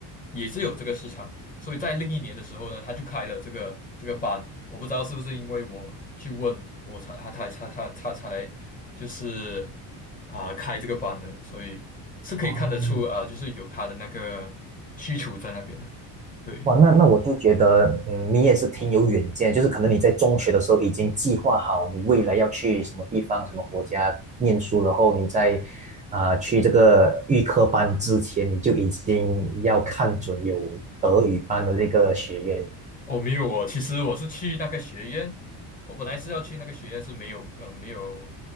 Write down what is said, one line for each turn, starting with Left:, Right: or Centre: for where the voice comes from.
Left: 也是有这个市场，所以在另一年的时候呢，他就开了这个这个班。我不知道是不是因为我去问我才他他他他他才就是。啊、开这个班的，所以是可以看得出啊、
Right: 哦，
Left: 就是有他的那个需求在那边的。对，
Right: 哇，那那我就觉得，嗯，你也是挺有远见，就是可能你在中学的时候已经计划好你未来要去什么地方、什么国家念书，然后你在啊、去这个预科班之前，你就已经要看准有德语班的这个学院。
Left: 哦，没有哦，其实我是去那个学院，我本来是要去那个学院是没有呃没有